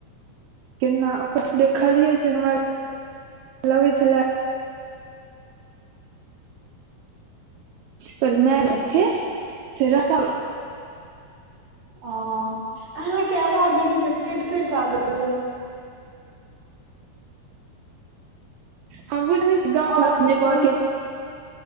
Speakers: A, on the right; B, on the right.
A: केना ओकर देखलियै से हमरा लगै छैला कर मैजम से रस
B: ओ अहाँके आवाज जे छै से कटि कटि आबै य
A: हमँ बुझै छी गाँ
B: आओर
A: घरमे
B: सब
A: ने प
B: कहियौ